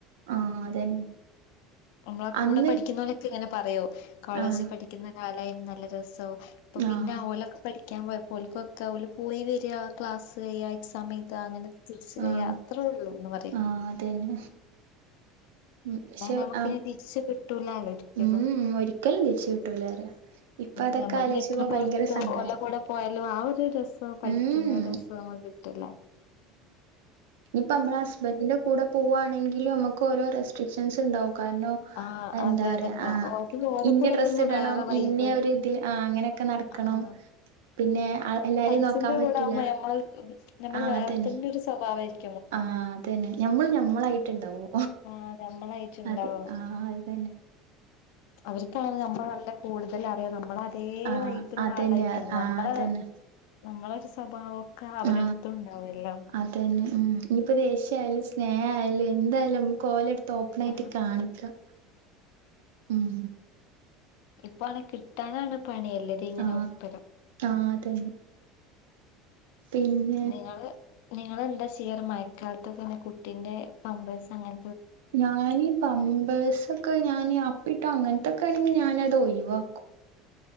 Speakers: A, on the right (about 80°); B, on the left (about 75°).
A: ആ അതന്നെ
B: നമ്മളാ കൂടെ
A: അന്ന്
B: പഠിക്കുന്നലൊക്കെ ഇങ്ങനെ പറയോ കോളേജ്
A: ആഹ്
B: പഠിക്കുന്ന കാലായും നല്ല രസ ഇപ്പൊ പിന്നെ
A: ആഹ്
B: ഓലലൊക്കെ പഠിക്കാൻ പോയപ്പോൾക്കൊക്കെ അവ പോയി വരിക ക്ലാസ് ക സമയത്ത് അങ്ങനെ തിരിച്ച് വരിക
A: ആഹ്
B: അത്രേ ഉള്ളൂന്ന് പറയും
A: ആഹ് അതന്നെ ഉം പക്ഷെ
B: അ നമ്മുക്കിനി
A: ആഹ്
B: തിരിച്ച് കിട്ടൂലല്ലോരിക്കലും
A: ഉം ഒരിക്കലും തിരിച്ച് കിട്ടൂല പറയാ ഇപ്പൊ
B: ഉം
A: അതൊക്കെ
B: ഞമ്മള്
A: ആലോചിച്ചുമ്പോ
B: എത്ര പൊറത്ത്
A: ഭയങ്കര സങ്കടാ
B: ഓല കൂടെ പോയാലും ആ ഒരു രസ രസവും പഠിക്കുന്ന
A: ഉം
B: രസം നമുക്ക് കിട്ടില്ല
A: ഇപ്പൊ നമ്മള് ഹസ്ബന്റിന്റെ കൂടെ പോവുകവാണെങ്കിലും നമ്മുക്ക് ഓരോ ര സ്ട്രിക്ഷൻസ് ഉണ്ടാവും
B: ആഹ്
A: എന്താ
B: അതെ
A: പറ
B: അതെന്താ അത് ഓരെ
A: ഇന്ന
B: കൂടെ
A: ഡ്രസ്സ്
B: പോകുമ്പോ
A: ഇടണം
B: വേറെ വൈബ്
A: ഇന്ന ആ അങ്ങനെയൊക്കെ നടക്കണം
B: ആഹ്
A: പിന്നെ എല്ലാരെയും നോക്കാൻ
B: അച്ഛൻറെ
A: പറ്റൂല
B: കൂടൊകുമ്പോ നമ്മള് നമ്മള്
A: ആ
B: വേറത്തന്നെ
A: അതന്നെ
B: ഒരു സ്വഭാവമായിരിക്കും
A: ആ അതന്നെ ഞമ്മള് ഞമ്മളായിട്ടുണ്ടാവോ
B: ആഹ് നമ്മളായിട്ടുണ്ടാവും
A: അതെ ആ അതന്നെ ഉം
B: അവർക്കാണ് നമ്മൾ നല്ല കൂടുതൽ അറിയാം നമ്മള് അതേ
A: ആ
B: വൈബിലുള്ള
A: അതന്നെ
B: ആളായിരിക്കണം
A: ആ
B: നമ്മളെ
A: അതന്നെ
B: നമ്മളൊരു സ്വഭാവൊക്കെ അവരടുത്തും
A: ആ
B: ഉണ്ടാവുമല്ലോ
A: അതന്നെ ഇനിയിപ്പ ദേഷ്യയാലും സ്നേഹം ആയാലും എന്തായാലും നമുക്ക് ഓലടുത്തു ഓപ്പൺ ആയിട്ട്
B: ആഹ്
A: കാണിക്ക ഉം
B: ഇപ്പൊ ആണെ കിട്ടാനാണ് പണി എല്ലരം ഇങ്ങനെ
A: ആ
B: ഒപ്പരം
A: ആ അതന്നെ പിന്നെ
B: നിങ്ങള് നിങ്ങളെന്താ ചെയ്യാറ് മഴക്കാലത്തൊക്കെന്നെ കുട്ടീന്റെ പാമ്പേഴ്സ് അങ്ങനെ
A: ഞാനീ പാമ്പേഴ്സൊക്കെ ഞാന് അപ്പിട്ടാ അങ്ങനെ അതൊക്കെ ആണെങ്കി ഞാന അത് ഒഴിവാക്കും